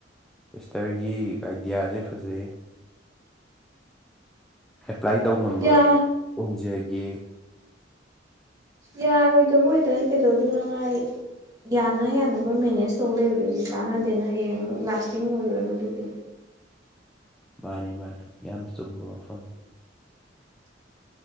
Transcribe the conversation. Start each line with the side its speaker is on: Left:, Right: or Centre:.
Centre: ꯁꯤꯁꯇꯔꯒꯤ ꯑꯥꯏꯗꯤꯌꯥꯁꯦ ꯐꯖꯩꯌꯦ ꯑꯦꯄ꯭ꯂꯥꯏ ꯇꯧꯕ ꯉꯝꯕ
Right: ꯌꯥ
Centre: ꯑꯣꯏꯖꯒꯦ
Right: ꯌꯥꯔꯣꯏꯗꯕ ꯑꯣꯏꯇꯥꯔꯗꯤ ꯀꯩꯗꯧꯗꯣꯏꯅ ꯃꯥꯏ ꯌꯥꯅ ꯌꯥꯅꯕ ꯃꯦꯅꯦꯖ ꯇꯧ ꯂꯩꯕꯗꯨꯗꯤ ꯀꯥꯟꯅꯗꯦꯅ ꯍꯌꯦꯡ ꯑꯃꯨꯛ ꯂꯥꯁꯇꯤꯡ ꯑꯣꯏꯔꯣꯏꯕ ꯑꯗꯨꯗꯤ
Centre: ꯃꯥꯅꯤ ꯃꯥꯅꯤ ꯌꯥꯝ ꯆꯨꯝꯕ ꯋꯥꯐꯝꯅꯤ